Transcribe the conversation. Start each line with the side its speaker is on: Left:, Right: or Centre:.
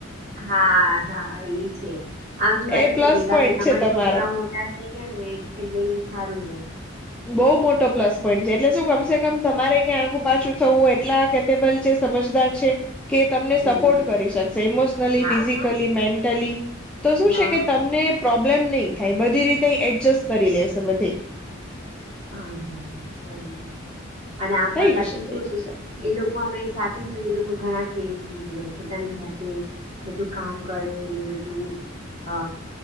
Right: હા હા, ઈ છે આમ જોવા
Centre: એ
Right: જ ને
Centre: પ્લસ
Right: તો ભેગા
Centre: પોઈન્ટ
Right: ભેગામાં
Centre: છે તમારો
Right: છોકરાઓ મોટા થઈ ગયા ને એટલે એ સારું રહે
Centre: બઉ મોટો પ્લસ પોઈન્ટ છે, એટલે શું ગમશે મ તમારે ક્યા આગું પાછું થવું હોય એટલા કેપેબલ છે સમજદાર છે, કે તમને
Right: હમ.
Centre: સપોર્ટ કરી શકશે, ઇમોશનલી
Right: હા
Centre: ફિઝિકલી
Right: હા
Centre: મેન્ટલી તો શું
Right: હા
Centre: છે, કે તમને
Right: બસ
Centre: પ્રોબ્લેમ નહી થાય બધી રીતે એડજસ્ટ કરી લેશે બધેય
Right: હા હા હા <unintelligible> અને આમ
Centre: થઈ
Right: પણ પાછું
Centre: જશે
Right: શું
Centre: થઈ
Right: હતું
Centre: જશે
Right: એ લોકો અમે સાથે એ લોકો ઘણા ટ્રેન પોતાની જાતે બધું કામ કરેને બધું અ